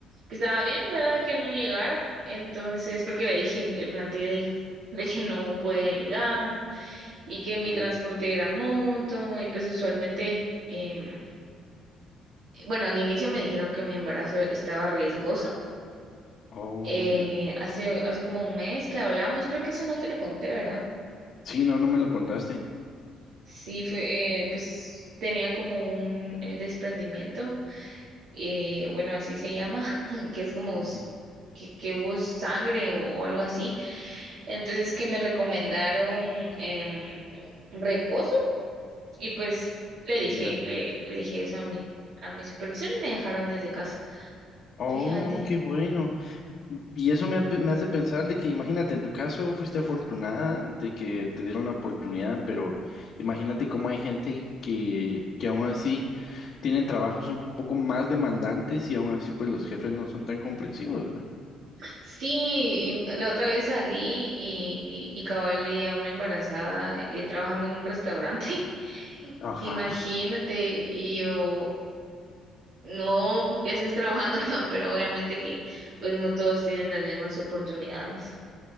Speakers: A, on the right; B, on the left.
A: que estaba bien, ¿verdad? Que no llegara. Entonces, porque le dije, le planteé de, de que no podía llegar y que
B: ujú.
A: mi transporte era moto y pues usualmente, em, bueno, al inicio me dijeron que mi embarazo estaba riesgoso.
B: Oh,
A: Eh,
B: ya.
A: hace, hace como un mes que hablamos, creo que eso no te lo conté, ¿verdad?
B: Sí, no, no me lo contaste.
A: Sí, fue, eh, pues tenía como un eh, desprendimiento eh, bueno, así se llama, <laughs> que es como
B: Ujú,
A: s- que, que hubo sangre o, o algo así. Entonces que me recomendaron em, reposo y pues le dije,
B: Ya.
A: le, le dije eso a mi, a mi supervisor y me dejaron desde casa.
B: Oh,
A: Fíjate.
B: qué bueno. Y eso me, ha- me hace pensar de que, imagínate, en tu caso fuiste afortunada de que te dieron la oportunidad, pero imagínate cómo hay gente que, que aún así tienen trabajos un poco más demandantes y aún así pues los jefes no son tan comprensivos, ¿verdad?
A: Sí, y la otra vez salí y, y cabal vi a una embarazada eh, trabajando en un restaurante. <laughs>
B: Ajá.
A: Imagínate, y yo No que estés trabajando, <laughs> pero obviamente que pues no todos tienen las mismas oportunidades.